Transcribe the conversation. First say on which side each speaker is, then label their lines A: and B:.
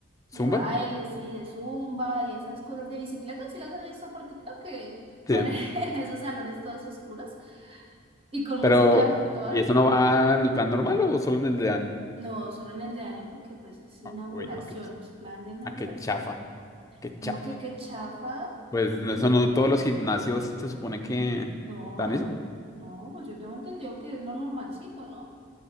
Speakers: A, on the right; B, on the left.
A: de
B: ¿Zumba?
A: baile, sí, de zumba y esas cosas de bicicleta, si las has visto por TikTok, que
B: Sí.
A: ponen <laughs> en esos salones todos oscuros y con música
B: Pero,
A: a toda.
B: ¿y eso no va en el plan normal o solo en el de año?
A: No, solo en el de año porque pues es inauguración,
B: Ah, uy, no, qué, ch-
A: es plan de inauguración.
B: ah, qué chafa. Qué
A: ¿Cómo
B: chafa.
A: que qué chafa?
B: Pues
A: Es
B: no,
A: de-
B: eso no todos los gimnasios se supone que
A: No,
B: dan eso.
A: no, pues yo tengo entendido que es lo normalcito, ¿no?